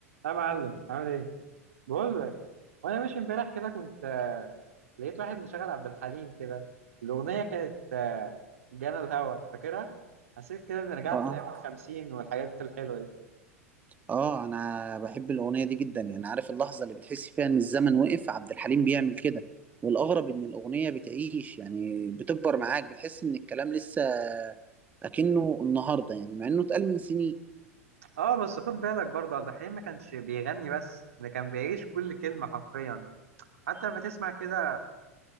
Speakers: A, on the right; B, on the right.
A: يا معلم عامل ايه؟ بقول لك وانا ماشي امبارح كده كنت لقيت واحد مشغل عبد الحليم كده الاغنيه كانت آه، جانا الهوى فاكرها؟ حسيت كده اني رجعت
B: اه
A: لايام الخمسين والحاجات الحلوه دي
B: اه انا بحب الاغنيه دي جدا يعني عارف اللحظه اللي بتحس فيها ان الزمن وقف عبد الحليم بيعمل كده والاغرب ان الاغنيه بتعيش يعني بتكبر معاك بتحس ان الكلام لسه اكنه النهارده يعني مع انه اتقال من سنين
A: اه بس خد بالك برضه عبد الحليم ما كانش بيغني بس ده كان بيعيش كل كلمه حرفيا حتى لما تسمع كده